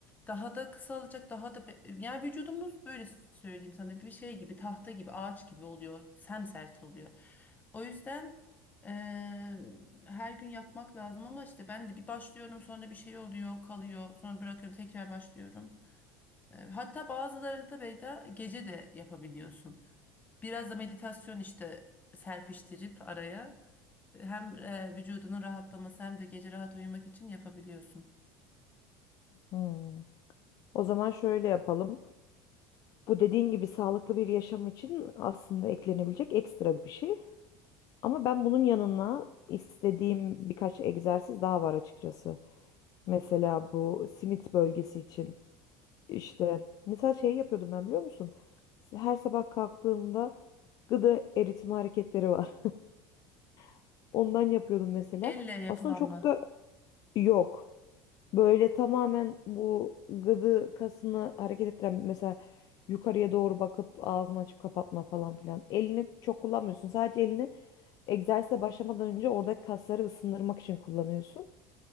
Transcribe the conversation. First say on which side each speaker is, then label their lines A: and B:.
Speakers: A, on the left (about 20°); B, on the left (about 50°).
A: daha da kısalacak, daha da be- yani vücudumuz böyle söyleyeyim sana bir şey gibi, tahta gibi, ağaç gibi oluyor, semsert oluyor. O yüzden eee, her gün yapmak lazım ama işte ben de bir başlıyorum sonra bir şey oluyor, kalıyor, sonra bırakıyorum, tekrar başlıyorum. Eee, Hatta bazıları da Beyda gece de yapabiliyorsun. Biraz da meditasyon işte serpiştirip araya hem e, vücudunun rahatlaması hem de gece rahat uyumak için yapabiliyorsun.
B: Hmm. o zaman şöyle yapalım. Bu dediğin gibi sağlıklı bir yaşam için aslında eklenebilecek ekstra bir şey. Ama ben bunun yanına istediğim birkaç egzersiz daha var açıkçası. Mesela bu simit bölgesi için işte mesela şey yapıyordum ben biliyor musun? Her sabah kalktığımda gıda eritme hareketleri var. <laughs> Ondan yapıyordum mesela.
A: Elle yapılanma.
B: Aslında çok da yok. Böyle tamamen bu gıdı kasını hareket ettiren mesela yukarıya doğru bakıp ağzını açıp kapatma falan filan. Elini çok kullanmıyorsun. Sadece elini egzersize başlamadan önce oradaki kasları ısındırmak için kullanıyorsun.